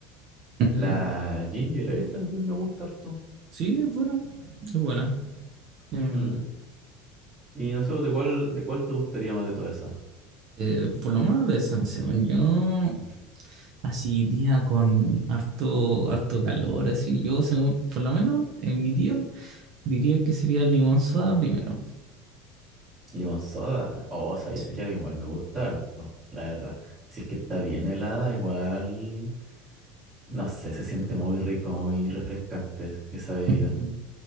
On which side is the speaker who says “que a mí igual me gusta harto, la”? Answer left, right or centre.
Right